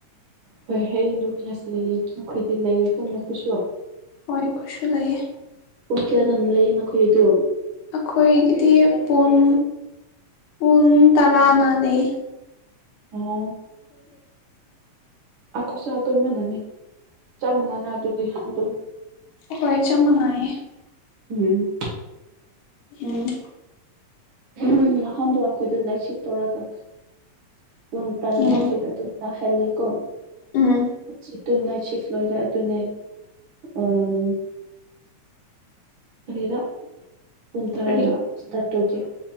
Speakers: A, on the right; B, on the left.
A: ꯍꯣꯏ ꯍꯌꯦꯡꯗꯣ ꯀ꯭ꯂꯥꯁ ꯂꯩꯌꯦ ꯅꯈꯣꯏꯗꯤ ꯂꯩꯔꯒ ꯅꯈꯣꯏꯁꯨ
B: ꯈꯨꯣꯢꯁ ꯂꯩꯌꯦ
A: ꯄꯨꯡ ꯀꯌꯥꯗꯅ ꯂꯩꯌꯦ ꯅꯈꯣꯏꯗꯨ
B: ꯑꯩꯈꯣꯏꯒꯤꯗꯤ ꯄꯨꯡ ꯄꯨꯟ ꯇꯔꯥꯅꯂꯦ
A: ꯎꯝ ꯑꯩꯈꯣꯏꯁꯨ ꯑꯗꯨ ꯃꯥꯟꯅꯅꯤ ꯆꯞ ꯃꯥꯟꯅꯅ ꯑꯗꯨꯗꯤ ꯑꯗꯨ
B: ꯍꯣꯏ ꯆꯥꯞ ꯃꯥꯟꯅꯩꯌꯦ
A: ꯎꯝ
B: ꯎꯝ
A: ꯎꯝ ꯅꯍꯥꯟꯗꯣ ꯑꯩꯈꯣꯏꯗ ꯅꯥꯠ ꯁꯤꯐ ꯇꯧꯔꯒ ꯄꯨꯡ ꯇꯔꯥꯃꯥꯊꯣꯏꯗ
B: ꯎꯝ
A: ꯑꯗꯨꯝꯅ ꯍꯦꯜꯂꯤꯀꯣ
B: ꯎꯝ
A: ꯆ ꯇꯨꯅꯥꯁꯤꯐ꯭ꯂꯔꯦ ꯑꯗꯨꯅꯦ ꯎꯝ ꯀꯔꯤꯔ ꯀꯨꯟꯊꯔꯅ
B: ꯀꯔꯤ
A: ꯢꯁꯇꯥꯠ ꯇꯧꯒꯦ